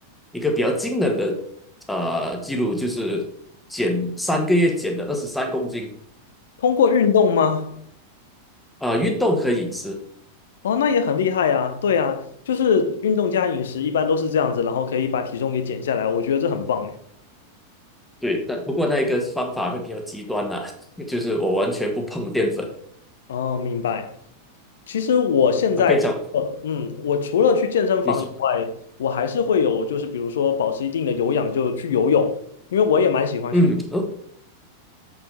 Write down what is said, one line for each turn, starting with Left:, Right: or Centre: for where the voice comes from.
Centre: 一个比较惊人的呃记录，就是减三个月减了二十三公斤
Left: 通过运动吗？
Centre: 啊、呃运动和饮食，
Left: 哦，那也很厉害呀，对呀，就是运动加饮食一般都是这样子，然后可以把体重给减下来，我觉得这很棒哎。
Centre: 对，但不过那一个方法会比较极端啦、<laughs> 就是我完全不碰淀粉
Left: 哦，明白。其实我现在除了嗯，
Centre: 啊，非常
Left: 我除了去健身房以外，
Centre: 你是
Left: 我还是会有，就是比如说保持一定的有氧，就去游泳，因为我也蛮喜欢去。
Centre: 嗯哦